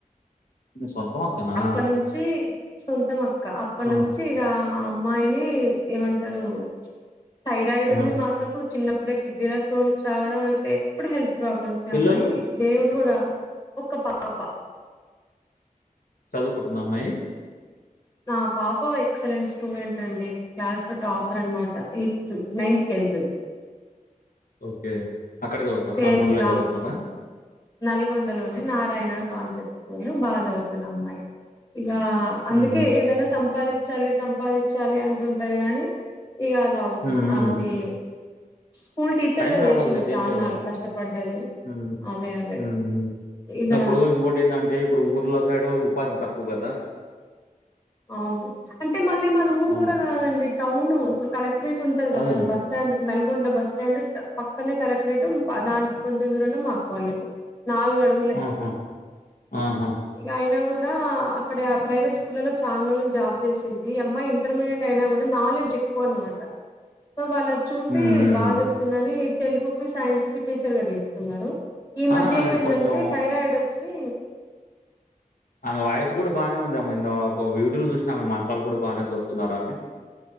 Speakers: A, on the left; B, on the left.
A: మీ సొంతం అక్కనా?
B: అప్పడ్ నుంచి సొంతం అక్క. అప్పడ్
A: ఆ!
B: నుంచి ఇగా ఆ అమ్మాయిని ఏమంటారు థైరాయిడ్
A: ఆ!
B: ఉంది మాక్కకు, చిన్నప్పుడే కిడ్నీల స్టోన్స్ రావడం, ఇట్ల ఎప్పుడు హెల్త్ ప్రాబ్లమ్స్
A: పిల్లలు?
B: అమ్మాయికి. దేవుడు గుడా ఒక్క పాప
A: చదువుకుంటుందా అమ్మాయి.
B: ఆ పాప ఎక్సలెంట్స్ స్టూడెంట్ అండి, క్లాస్ లో టాపర్ అన్మాట ఎయిత్, నైన్త్ క్లా కేళ్తది.
A: ఓకే అక్కడే చదువుతన్రా,
B: సేమ్
A: నల్గొండలనే
B: ఇంకా
A: చదువుతున్నారా.
B: నల్గొండలోనే, నారాయణ కాన్సెప్ట్స్ <unintelligible> బాగా చదువుతది ఆ అమ్మాయి. ఇగా అందుకే
A: హుహు.
B: ఏదైనా సంపాదిత్ చలి సంపాదించాలి అంటుంటది గాని, ఇగా అద్ అవ్
A: హ్మ్. హ్మ్.
B: అది స్కూల్ టీచర్
A: టైం
B: గా
A: రావాలిలే
B: చేసింది
A: దేనికై
B: చాన్నాళ్ళు
A: దా
B: కష్టపడ్డది
A: ఉమ్
B: అదే అదే
A: ఉమ్
B: ఇక
A: అప్పుడు ఇంకోటి ఏంటంటే, ఇప్పుడు ఊర్లో సైడు ఉపాధి తక్కువ కదా.
B: అవును, అంటే మళ్ళీ మాది ఊరు
A: హ్మ్.
B: గుడా కాదండి టౌను, ఇప్పుడు కలెక్టరేట్ ఉంటది కదాండి
A: అదేలే.
B: బస్టాండ్, <unintelligible> నల్గొండ బస్టాండ్ టౌ పక్కనే కలెక్టరేట్, పా దానికి కొంచెం దూరంలో మా అక్కవాళ్ళ ఇల్లు. నాల్గు అడుగులే,
A: ఆహా! ఆహా!
B: ఇగా అయినా గుడా అక్కడ ప్రైవేట్ స్కూల్లలో చానా రోజలు జాబ్ చేసింది. ఈ అమ్మాయి ఇంటర్మీడియట్ అయినా గుడా నాలెడ్జ్ ఎక్కువ అన్నమాట. సో వాళ్ళ అద్ చూసి,
A: హ్మ్. హ్మ్.
B: బాగ్ చెప్తుందని తెలుగుకిి, సైన్స్ కి టీచర్గా దిస్కున్నారు. ఈ మధ్య
A: ఆ! ఆమె
B: ఏమైందంటే
A: కొంచెం
B: థైరాయిడ్ ఒచ్చి,
A: ఆమె వాయిస్ గుడా బాగానే ఉంది, ఆమె <unintelligible> ఒక వీూడియో లో జూసినా, ఆమె మంత్రాలు గుడా బాగనే చెప్తున్నారామె.